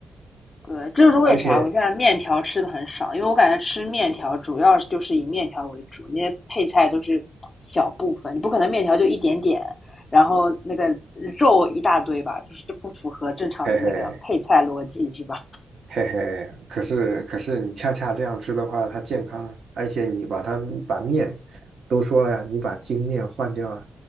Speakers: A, on the left; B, on the right.
A: 对，这就是为啥我现在面条吃的很少，
B: 而且
A: 因为我感觉吃面条主要就是以面条为主，那些配菜都是小部分，你不可能面条就一点点，然后那个肉一大堆吧，就是这不符合正常的那个配菜逻辑，
B: 嘿嘿，
A: 是吧？
B: 嘿嘿，可是可是你恰恰这样吃的话，它健康啊，而且你把它把面都说了呀，你把精面换掉啊，